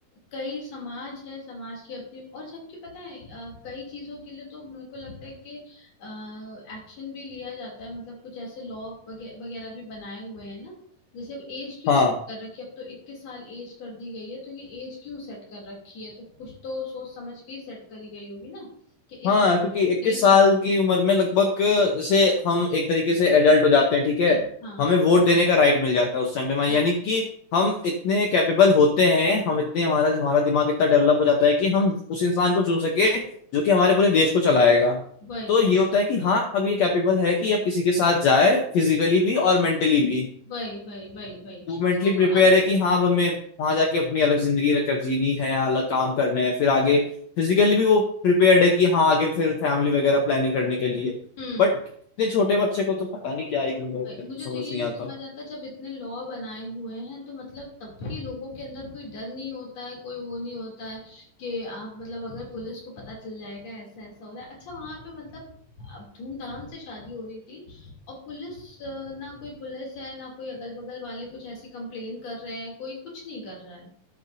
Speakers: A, on the left; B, on the left.
A: कई समाज है समाज की अपनी और जबकि पता है अ, कई चीजों के लिए तो मेरे को लगता है कि एक्शन भी लिया जाता है मतलब कुछ ऐसे लॉ वगैरह भी बनाए हुए हैं ना जैसे अब एज क्यों
B: हाँ
A: set कर रखी है अब तो 21 साल एज कर दी गई है तो ये एज क्यों सेट कर रखी है तो कुछ तो सोच समझ के ही सेट करी गई होगी ना कि इस
B: हाँ क्योंकि
A: नहीं
B: 21 साल
A: शादी
B: की उम्र में लगभग जैसे हम एक तरीके से एडल्ट हो जाते हैं ठीक है
A: कर- हाँ
B: हमें वोट देने का राइट मिल जाता है उस टाइम पे हमारे
A: वही
B: यानी कि हम इतने कैपेबल होते हैं हम इतने हमारा हमारा दिमाग इतना डेवलप हो जाता है कि हम उस इंसान को चुन सके जो कि हमारे पूरे देश को चलाएगा
A: वही
B: तो ये होता है कि हाँ अब ये कैपेबल है कि अब किसी के साथ जाए फिजिकली भी और मेंटली भी
A: वही वही वही वही
B: वो मेंटली
A: तो
B: प्रिपेयर
A: अगर
B: है कि हाँ अब हमें वहां जाके अपनी अलग जिंदगी रख जीनी है अलग काम करने हैं फिर आगे फिजिकली भी वो प्रिपेयर्ड है कि हाँ आगे फिर फैमिली वगैरह प्लानिंग करने के लिए
A: हम्म
B: बट इतने छोटे बच्चे को तो पता नहीं क्या ही क्यों करते
A: नहीं,
B: हैं,
A: मुझे
B: समझ
A: तो ये
B: नहीं
A: नहीं
B: आता
A: समझ आता जब इतने लॉ बनाए हुए हैं तो मतलब तब भी लोगों के अंदर कोई डर नहीं होता है कोई वो नहीं होता है कि आप मतलब अगर पुलिस को पता चल जाएगा ऐसा ऐसा हो रहा है अच्छा वहां पे मतलब अब धूमधाम से शादी हो रही थी और पुलिस अ, ना कोई पुलिस है ना कोई अगल बगल वाले कुछ ऐसी कंप्लेन कर रहे हैं कोई कुछ नहीं कर रहा है